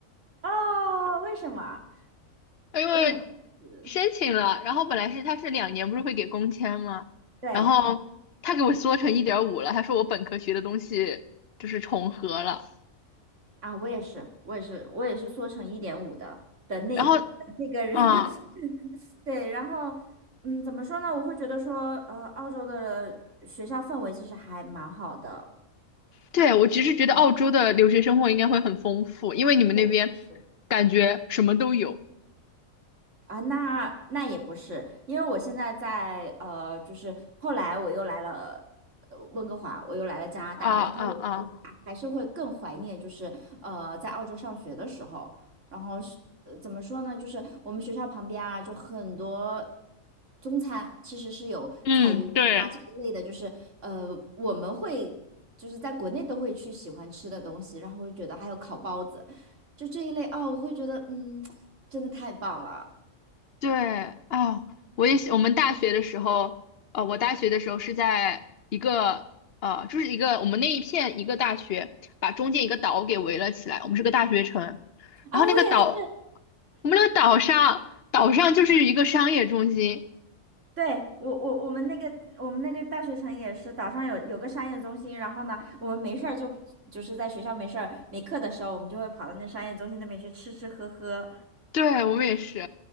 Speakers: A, on the right (about 60°); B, on the left (about 50°).
A: 哦，为什么？
B: <laughs> 因为
A: 为什么？嗯
B: 申请了，然后本来是他是两年不是会给工签吗？
A: 对，
B: 然后他给我缩成一点五了，他说我本科学的东西就是重合了，
A: 啊，我也是，我也是，我也是缩成一点五的的那的那个人，
B: 然后。嗯，
A: <laughs> 对，然后，嗯，怎么说呢？我会觉得说，呃，澳洲的学校氛围其实还蛮好的。
B: 对，我其实觉得澳洲的留学生活应该会很丰富，
A: 嗯，
B: 因为你们那边
A: 对，确实。
B: 感觉什么都有
A: 啊，那那也不是，因为我现在在呃，就是后来我又来了呃温哥华，我又来了加拿大，
B: 啊啊啊！
A: 然后我我还还是会更怀念，就是呃在澳洲上学的时候，然后是呃怎么说呢，就是我们学校旁边啊，就很多中餐其实是有彩云啊这一类的，
B: 嗯，对，
A: 就是呃我们会就是在国内都会去喜欢吃的东西，然后会觉得还有烤包子，就这一类哦，我会觉得嗯，真的太棒了。
B: 对啊，我也喜我们大学的时候，呃，我大学的时候是在一个呃，就是一个我们那一片一个大学，把中间一个岛给围了起来，我们是个大学城，然后那个岛，
A: 啊，我也是，
B: 我们那个岛上岛上就是一个商业中心，
A: 对，我我我们那个我们那个大学城也是，岛上有有个商业中心，然后呢，我们没事儿就就是在学校没事儿没课的时候，我们就会跑到那商业中心那边去吃吃喝喝，
B: 对，我们也是